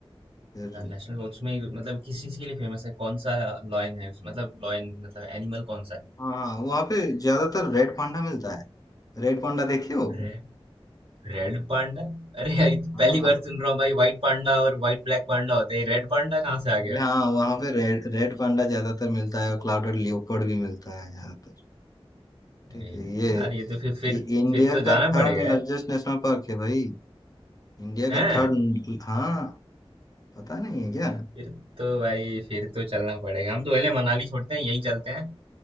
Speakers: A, on the left; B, on the right.
A: फिर
B: नेशनल पार्क उसमें मतलब किस चीज के लिए फेमस है कौन सा लॉयन है उसमें मतलब लॉयन मतलब एनिमल कौन सा है
A: हाँ हाँ वहाँ पे ज्यादातर रेड पांडा मिलता है रेड पांडा देखे हो
B: रे, रेड पांडा अरे यार ये तो
A: हाँ
B: पहली बार सुन रहा हूँ भाई व्हाइट पांडा और व्हाइट ब्लैक पांडा होते हैं रेड पांडा कहाँ
A: Actually,
B: से आ गया
A: हाँ वहाँ पे रेड रेड पांडा ज्यादातर मिलता है और क्लाउडेड लियोपर्ड भी मिलता है ज्यादातर ठीक
B: अरे यार
A: है ये,
B: ये तो फिर फिर
A: ये इंडिया
B: फिर तो
A: का
B: जाना
A: थर्ड
B: पड़ेगा यार
A: लार्जेस्ट नेशनल पार्क है भाई इंडिया
B: हैं
A: का थर्ड हाँ पता नहीं है क्या
B: फिर तो भाई फिर तो चलना पड़ेगा हम तो पहले मनाली छोड़ते हैं यहीं चलते हैं